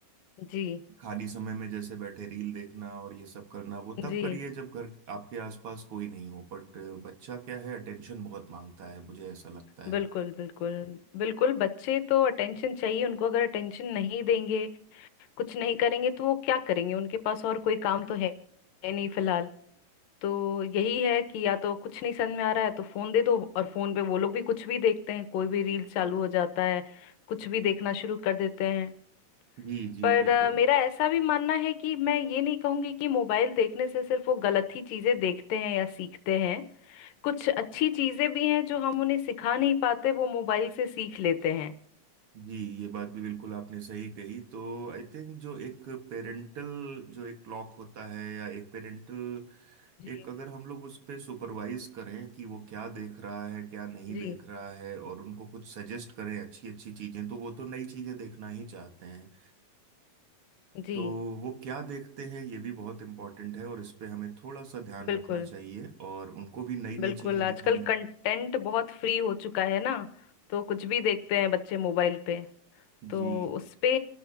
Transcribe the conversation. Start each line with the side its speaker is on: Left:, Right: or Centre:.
Left: जी
Right: खाली समय में जैसे बैठे रील देखना और ये सब करना वो तब
Left: जी
Right: करिए जब घर आपके आसपास कोई नहीं हो बट बच्चा क्या है अटेंशन बहुत मांगता है मुझे ऐसा लगता
Left: बिल्कुल
Right: है
Left: बिल्कुल बिल्कुल बच्चे तो अटेंशन चाहिए उनको अगर अटेंशन नहीं देंगे कुछ नहीं करेंगे तो वो क्या करेंगे उनके पास और कोई काम तो है है नहीं फिलहाल तो यही है कि या तो कुछ नहीं समझ में आ रहा है तो फोन दे दो और फोन पे वो लोग भी कुछ भी देखते हैं कोई भी रील चालू हो जाता है कुछ भी देखना शुरू कर देते हैं
Right: जी जी
Left: पर
Right: बिल्कुल
Left: अ, मेरा ऐसा भी मानना है कि मैं ये नहीं कहूंगी कि मोबाइल देखने से सिर्फ वो गलत ही चीजें देखते हैं या सीखते हैं कुछ अच्छी चीजें भी हैं जो हम उन्हें सिखा नहीं पाते वो मोबाइल से सीख लेते हैं
Right: जी ये बात भी बिल्कुल आपने सही कही तो आई थिंक जो एक पेरेंटल जो एक क्लॉक होता है या एक पेरेंटल
Left: जी
Right: एक अगर हम लोग उस पे सुपरवाइज करें कि वो क्या देख रहा है क्या नहीं
Left: जी
Right: देख रहा है और उनको कुछ सजेस्ट करें अच्छी अच्छी चीजें तो वो तो नई चीजें देखना ही चाहते हैं
Left: जी
Right: तो वो क्या देखते हैं ये भी बहुत इम्पोर्टेंट है और इस पे हमें थोड़ा सा ध्यान
Left: बिल्कुल
Right: रखना चाहिए और उनको भी नई
Left: बिल्कुल
Right: नई चीजें
Left: आजकल
Right: दिखानी
Left: कंटेंट बहुत फ्री हो चुका है ना तो कुछ भी देखते हैं बच्चे मोबाइल पे तो
Right: जी
Left: उस पे